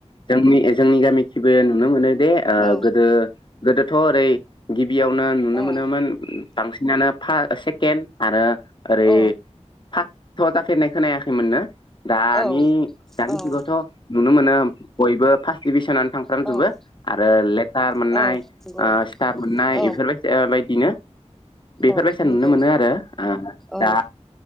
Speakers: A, on the left (about 40°); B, in the centre.
A: जोंनि ए जोंनि गामि खिबो नुनो मोनो जे ओ
B: औ
A: गोदो गोदोथ' ओरै गि बियावनो नुनो मोनोमोन
B: औ
A: बांसिनानो पा सेकेन्ड आरो ओरै
B: औ
A: फासथ' जाफेरनाय खोनायाखैमोनना? दानि
B: औ
A: दानि
B: औ
A: जुगावथ' नुनो मोनो बयबो फार्स्ट डिभिसनानो थांफ्रामजोबो
B: औ
A: आरो लेटार मोननाय
B: औ नंगौ
A: ओ स्टार मोननाय
B: औ
A: इफोरबायद ओ बायदिनो। बेफोरबायसा
B: औ नंगौ
A: नुनो मोनो आरो। ओ
B: औ
A: दा